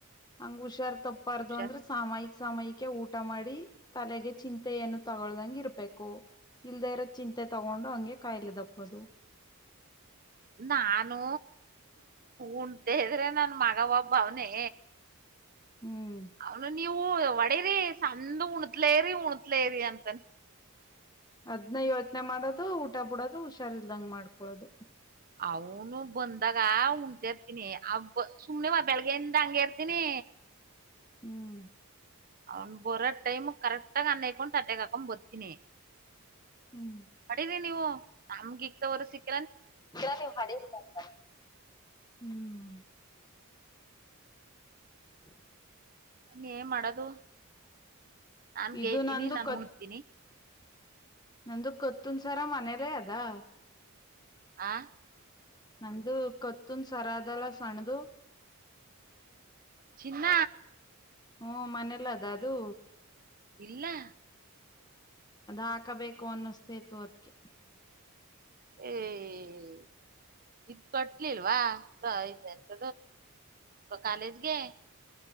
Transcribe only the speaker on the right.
ಶ
ನಾನು ಉಂಡ್ತ ಇದ್ರೆ ನನ್ ಮಗ ಒಬ್ಬ ಅವನೇ
ಅವನು ನೀವು ಒಡೇರಿ ಸಂದ ಉಣತ್ಲೇರಿ ಉಣತ್ಲೇರಿ ಅಂತನ್
ಅವನು ಬಂದಾಗ ಉಣಂತ ಇರ್ತೀನಿ ಆಬ ಸುಮ್ನೆವ ಬೆಳಗ್ಗೆಯಿಂದ ಹಂಗೆ ಇರ್ತನಿ
ಅವ್ನು ಬರೋ ಟೈಮ ಕರೆಕ್ಟಾಗಗ ಅನ್ನಕೊಂಡು ತಟ್ಟೆೆಗೆ ಹಾಕೊಂಡ್ ಬತೀನಿ
ಅಡಿೀರಿಿ ನೀವು ನಮ್ಗೆಿತವರ ಸಿಕ್ಕ
ನೀ ಏನ್ ಮಾಡೋದು ನಾನ್
ಗೇಯ್ತೀನಿ
ನಾನು
ಉಣತೀನಿ
ಆ
ಚಿನ್ನ
ಇಲ್ಲ
ಹೆಂ... ಇದು ಕಟ್ಲಿಲ್ಲ ವಇಂತ ಕಾಲೇಜಗೆ